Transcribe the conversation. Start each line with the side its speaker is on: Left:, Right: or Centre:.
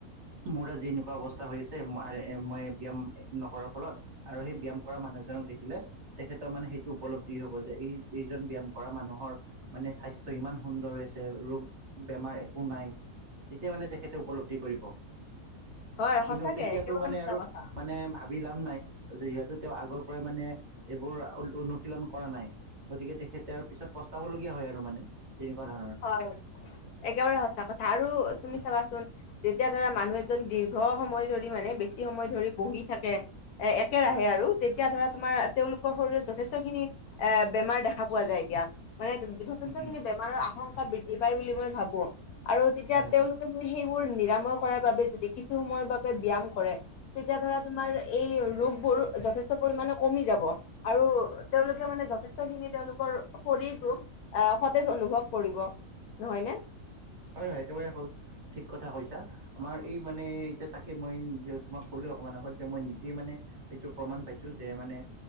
Right: মোৰ আজি এনেকুৱা অৱস্থা হৈ আছে <unintelligible> মই ব্যায়াম নকৰাৰ ফলত। আৰু সেই ব্যায়াম কৰা মানুহজনক দেখিলে। তেখেতৰ মানে সেইটো উপলব্ধি হ'ব যে এই-এইজন ব্যয়াম কৰা মানুহ। মানে স্বাস্থ্য ইমান সুন্দৰ হৈছে ৰোগ বেমাৰ একো নাই। তেতিয়া মানে তেখেতে উপলব্ধি কৰিব
Left: হয়
Right: কিন্তু
Left: সঁচাকে
Right: তেতিয়াতো
Left: একেবাৰে
Right: মানে
Left: সঁচা
Right: আৰু
Left: কথা
Right: মানে। ভাবি লাভ নাই যিহেতু তেওঁ আগৰ পৰাই মানে এইবোৰ <unintelligible> অনুশীলন কৰা নাই। গতিকে তেখেতে আৰু পিছত পস্তাব লগীয়া হয় আৰু মানে তেনেকুৱা ধৰণ
Left: হয় একেবাৰে সঁচা কথা আৰু তুমি চাবাচোন। যেতিয়া ধৰা মানুহ এজন দীৰ্ঘ সময় ধৰি মানে বেছি সময় ধৰি বহি থাকে। এ-একেৰাহে
Right: হয়
Left: আৰু। তেতিয়া ধৰা তোমাৰ তেওঁলোকৰ শৰীৰত যথেষ্ট খিনি এ বেমাৰ দেখা পোৱা যায় এতিয়া। মানে যথেষ্ট
Right: উম, উম,
Left: খিনি বেমাৰৰ আশংকা বৃদ্ধি পায় বুলি মই ভাবোঁ আৰু তেতিয়া
Right: হয়
Left: তেওঁলোক
Right: হয়
Left: সেই-সেইবোৰ নিৰাময় কৰাৰ বাবে যদি কিছু সময়ৰ বাবে ব্যয়াম কৰে। তেতিয়া ধৰা তোমাৰ এই ৰোগবোৰ যথেষ্ট পৰিমাণে কমি যাব। আৰু তেওঁলোকে মানে যথেষ্ট খিনি তেওঁলোকৰ শৰীৰটোক আহ সতেজ অনুভৱ। কৰিব নহয় নে?
Right: হয় হয় একেবাৰে ঠিক কথা কৈছা। আমাৰ এই মানে এতিয়া তাকে মই তোমাক কলোঁৱে অকণমান আগত যে মই নিজে মানে। এইটো প্ৰমাণ পাইছোঁ যে মানে